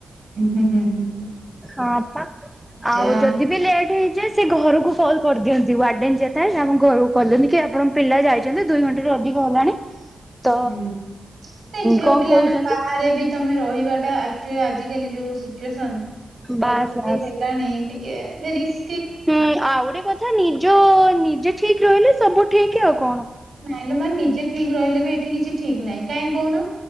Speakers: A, on the right (about 45°); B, in the centre.
A: ହୁଁ ହୁଁ ହୁଁ ହୁଁ।
B: ହଁ ପା ଆଉ
A: ଯା
B: ଯଦି ବି ଲେଟ୍ ହେଇଛି ଯେ ସେ ଘରକୁ କଲ୍ କରିଦିଅନ୍ତି ୱାର୍ଡେନ ଯିଏ ଥାଏ। ସେ ଆମ ଘରକୁ କହିଦଅନ୍ତି କି ଆପଣ ପିଲା ଯାଇଛନ୍ତି ଦୁଇ ଘଣ୍ଟାରୁ ଅଧି ଅଧିକ ହେଲାଣି ତ
A: ହୁଁ ନାଇ ଝିଅ
B: କଣ
A: ପିଲା
B: କହୁଛନ୍ତି
A: ନା ବାହାରେ ବି ତମେ ରହିବାଟା ଆଜିକାଲି ଯୋଉ ସିଚୁଏସନ
B: ବାସ୍
A: ପରିସ୍ଥିତି
B: ବାସ୍।
A: ହେଲାଣି ଟିକେ ରିଷ୍କ୍
B: ହୁଁ ଆଉ ଗୋଟେ କଥା ନିଜ ନିଜେ ଠିକ ରହିଲେ ସବୁ ଠିକ ଆଉ କଣ।
A: ନାଇଲୋ ମାଆ ନିଯେ ଠିକ ରହିଲେ ବି ଏଠି କିଛି ଠିକ ନାହିଁ। କାହିଁ କହୁନ?